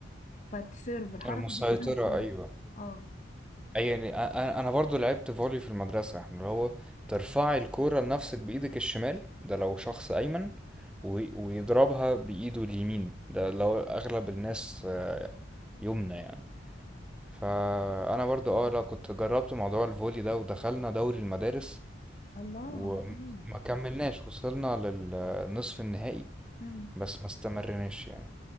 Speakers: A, on the left; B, in the centre.
A: فتسيرف الحركة
B: المسيطرة
A: دي اسمها سيرف
B: ايوه
A: اه
B: اي يعني أ- أ- انا برضو لعبت فولي في المدرسة احنا اللي هو ترفعي الكورة لنفسك بايدك الشمال ده لو شخص ايمن و- ويضربها بايده اليمين ده لو اغلب الناس آه، يمنى يعني فانا برضو اه لا كنت جربت موضوع الفولي ده ودخلنا دوري المدارس
A: الله
B: وما
A: أيوة.
B: كملناش وصلنا للنصف النهائي
A: امم
B: بس ما استمرناش يعني